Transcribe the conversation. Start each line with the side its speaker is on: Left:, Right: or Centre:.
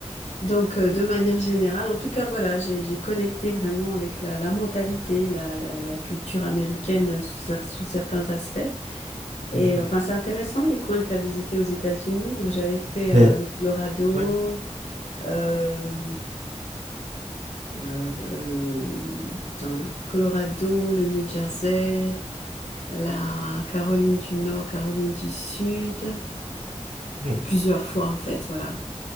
Left: Donc, euh, de manière générale, en tout cas, voilà, j'ai j'ai connecté vraiment avec la, la mentalité, la, la, la culture américaine sous, cer- sous certains aspects. Et
Right: Mhm.
Left: euh, enfin, c'est intéressant les coins que tu as visités aux États-Unis. Moi, j'avais fait
Right: Mais
Left: euh, le Colorado,
Right: Ouais.
Left: euh, euh, euh, dans le Colorado, le New Jersey, la Caroline du Nord, Caroline du Sud,
Right: hmm,
Left: plusieurs fois en fait, voilà,